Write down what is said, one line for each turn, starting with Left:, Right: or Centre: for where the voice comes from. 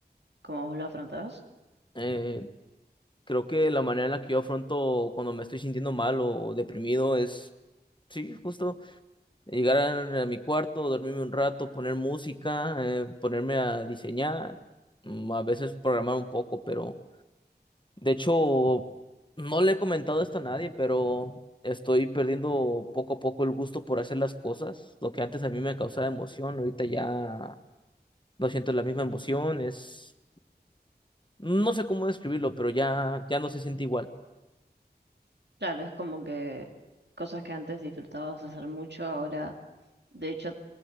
Right: como vos lo afrontás?
Left: eh, Creo que la manera en la que yo afronto cuando me estoy sintiendo mal o deprimido es, sí, justo llegar a, a mi cuarto, dormirme un rato, poner música, eh, ponerme a diseñar, mm, a veces programar un poco, pero de hecho no le he comentado esto a nadie, pero estoy perdiendo poco a poco el gusto por hacer las cosas. Lo que antes a mí me causaba emoción, ahorita ya no siento la misma emoción, es, no sé cómo describirlo, pero ya, ya no se siente igual.
Right: Claro, es como que cosas que antes disfrutabas hacer mucho, ahora de hecho